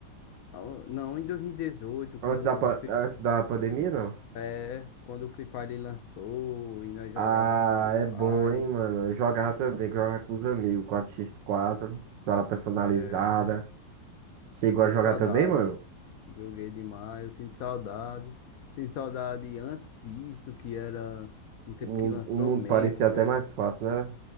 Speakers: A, on the left; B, on the right.
A: ah, Não, em 2018,
B: antes
A: quando
B: da, pa-
A: você
B: antes da pandemia, não?
A: É, quando o Free Fire lançou e nós jogava
B: Ah,
A: Free Fire,
B: é bom, hein, mano? Eu jogava também, que eu jogava com os amigos, 4x4, sala personalizada.
A: é,
B: Chegou
A: eu sinto
B: a jogar
A: saudade.
B: também, mano?
A: Joguei demais, eu sinto saudade. Sinto saudade antes disso, que era no tempo
B: O,
A: que lançou
B: o mundo
A: mesmo,
B: parecia
A: que
B: até
A: eu
B: mais fácil, né?